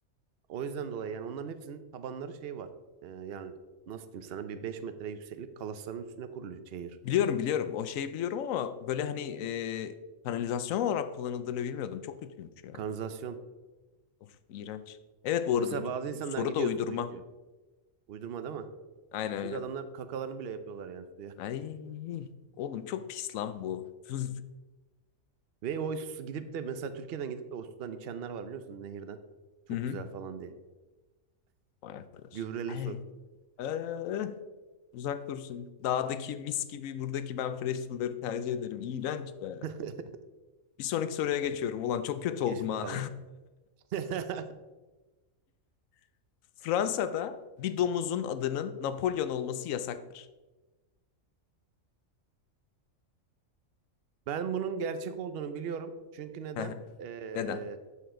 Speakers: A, on the right; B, on the left.
A: O yüzden dolayı yani onların hepsinin tabanları şey var. Ee, yani nasıl diyeyim sana bir 5 metre yükseklik kalasların üstüne kurulu şehir.
B: Biliyorum biliyorum. O şeyi biliyorum ama böyle hani e, kanalizasyon olarak kullanıldığını bilmiyordum. Çok kötüymüş ya.
A: Kanalizasyon.
B: Of iğrenç. Evet bu
A: Mesela
B: arada du-
A: bazı insanlar
B: soru
A: gidiyor
B: da uydurma.
A: su içiyor. Uydurma değil mi?
B: Aynen
A: Çünkü
B: aynen.
A: adamlar kakalarını bile yapıyorlar yani suya.
B: Ay oğlum çok pis lan bu. <laughs>
A: <laughs> Ve o su gidip de mesela Türkiye'den gidip de o sudan içenler var biliyor musun nehirden. Çok
B: Hı hı.
A: güzel falan diye.
B: Vay arkadaş.
A: Gübreli
B: Hey.
A: su.
B: Ee, uzak dursun. Dağdaki mis gibi buradaki ben fresh suları tercih ederim. İğrenç be.
A: <laughs>
B: Bir sonraki soruya geçiyorum.
A: Evet,
B: Ulan çok kötü
A: geç
B: oldum
A: bakalım.
B: ha.
A: <laughs>
B: <laughs> Fransa'da bir domuzun adının Napolyon olması yasaktır.
A: Ben bunun gerçek olduğunu biliyorum. Çünkü neden?
B: <laughs>
A: Ee,
B: Neden?